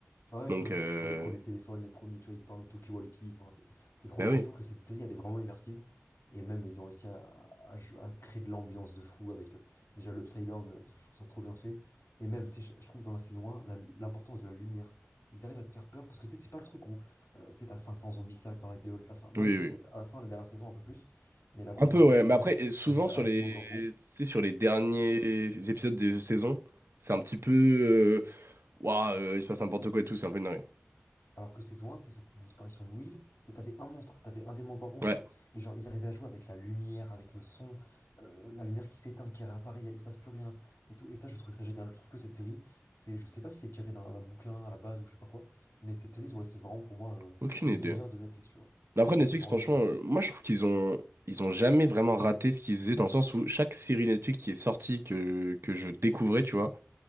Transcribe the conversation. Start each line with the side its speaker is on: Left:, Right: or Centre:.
Left: Ah Ouais,
Right: Donc,
Left: tu vois, ça,
Right: euh...
Left: tu vois les premiers téléphones, les premiers, tu vois, ils parlent au talkie-walkie. Enfin, c'est c'est trop
Right: bah
Left: marrant.
Right: oui.
Left: Je trouve que cette série, elle est vraiment immersive. Et même, ils ont réussi à, à- à créer de l'ambiance de fou avec euh, déjà l'Upside Down. euh, Je trouve ça trop bien fait. Et même, tu sais, je, je trouve dans la saison 1, la- l'importance de la lumière. Ils arrivent à te faire peur parce que tu sais, c'est pas le truc où euh, tu sais, t'as 500 zombies qui t'arrivent dans la gueule. t'as ça- Même
Right: Oui,
Left: si
Right: oui.
Left: peut-être à la fin, la dernière saison, un peu plus. Mais la première
Right: Un peu,
Left: saison,
Right: ouais.
Left: tu
Right: Mais
Left: sais, c'est
Right: après,
Left: le-
Right: et souvent
Left: t'as juste
Right: sur
Left: un
Right: les,
Left: démogorgon
Right: tu sais, sur les derniers épisodes des saisons, c'est un petit peu. euh, Ouah, euh, il se passe n'importe quoi et tout, c'est un peu une dinguerie.
Left: Alors que saison 1, c'est cette disparition de Will, et t'avais un monstre, t'avais un démon-gorgon,
Right: Ouais,
Left: tu vois. Et genre, ils arrivaient à jouer avec la lumière, avec le son, euh, la lumière qui s'éteint, qui réapparaît, y a- il se passe plus rien, et tout. Et ça, je trouvais ça génial. Je trouve que cette série, c'est, je sais pas si c'est tiré d'un d'un bouquin à la base ou je sais pas quoi, mais cette série, ouais, c'est vraiment pour moi euh,
Right: aucune
Left: une
Right: idée.
Left: des meilleures de Netflix, tu vois.
Right: Mais après, Netflix,
Left: Moi, c'est vraiment
Right: franchement,
Left: une des meilleures.
Right: euh, moi je trouve qu'ils ont. Ils ont jamais vraiment raté ce qu'ils faisaient dans le sens où chaque série Netflix qui est sortie que, que je découvrais, tu vois,